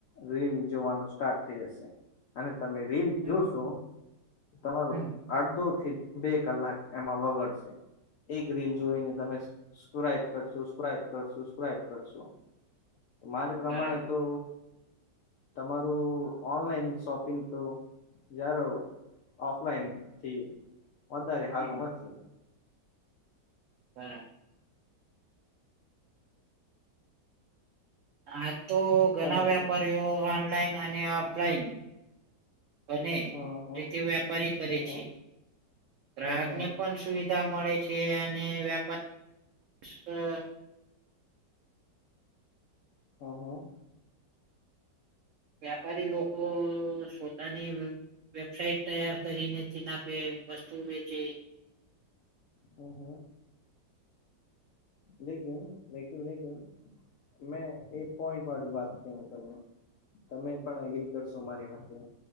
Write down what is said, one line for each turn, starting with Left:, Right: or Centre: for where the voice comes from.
Left: રીલ જોવાનું સ્ટાર્ટ થઈ જશે. અને તમે રીલ
Right: હમ
Left: જોશો, તમારું
Right: હમ
Left: અડધો થી બે કલાક એમાં વગડશે. એક રીલ જોઈને તમેક્રાઈબ કરશો સ્ક્રાઈબ કરશોક્રબ કરશો. મારે પ્રમાણે
Right: બરાબર
Left: તો તમારું ઓનલાઈન શોપિંગ તો જારો ઓફલાઈન થી વધારે
Right: હમ
Left: હારવું.
Right: હમ. આજ તો ઘણા
Left: તમે
Right: વ્યાપારીઓ
Left: કયો
Right: ઓનલાઈન અને ઓફલાઈન. અને
Left: હા હા
Right: રીતિ વ્યાપારી કરે
Left: હા હા
Right: છે, ગ્રાહકને
Left: હા હા
Right: પણ સુવિધા મળે છે અને વ્યાપાર
Left: હ હા. હા
Right: વ્યાપારી લોકો પોતાની વેબસાાઈટ તૈયાર કરીને ના બે વસ્તુ વેચે.
Left: ઓહ. લકન લકન લકન. મેં એક પોઈન્ટ વાળ વાત ક હ તમે. તમે પણ એગ્રી કરશો મારી હાથે,